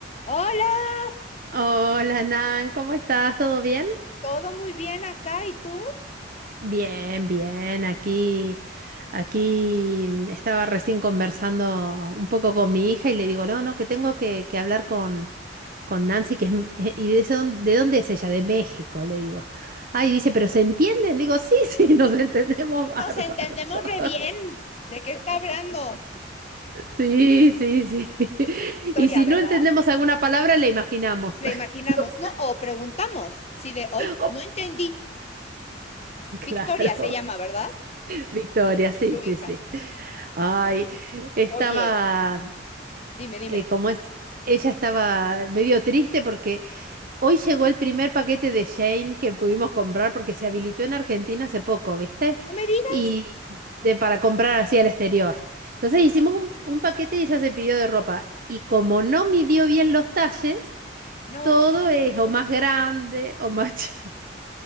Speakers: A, on the left; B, on the right.
A: Hola,
B: Hola Nan, ¿cómo estás? ¿Todo bien?
A: todo muy bien acá, ¿y tú?
B: Bien, bien. Aquí, aquí mm, estaba recién conversando un poco con mi hija y le digo, no, no, que tengo que, que hablar con, con Nancy, que es, m- eh, y de, ese dón- ¿de dónde es ella? De México, le digo. Ay, dice, ¿pero se entienden? Digo, sí, <laughs> sí, nos entendemos bárbaro.
A: Nos entendemos re
B: <laughs>
A: bien. ¿De qué está hablando?
B: Sí, sí, sí. <laughs>
A: Victoria,
B: Y si
A: ¿verdad?
B: no entendemos alguna palabra, la imaginamos.
A: Le
B: <laughs>
A: imaginamos,
B: No sé.
A: ¿no? O preguntamos, Sí, de hoy,
B: Oh,
A: no entendí.
B: claro.
A: Victoria se llama, ¿verdad?
B: Victoria, sí,
A: Tu
B: sí,
A: hija.
B: sí. Ay, estaba,
A: Oye, dime, dime.
B: eh, como es, ella estaba medio triste porque hoy llegó el primer paquete de Shane que pudimos comprar porque se habilitó en Argentina hace poco, ¿viste?
A: No me digas.
B: Y de, para comprar así al exterior. Entonces hicimos un, un paquete y ella se pidió de ropa. Y como no midió bien los talles,
A: No,
B: todo es o más grande o más chico.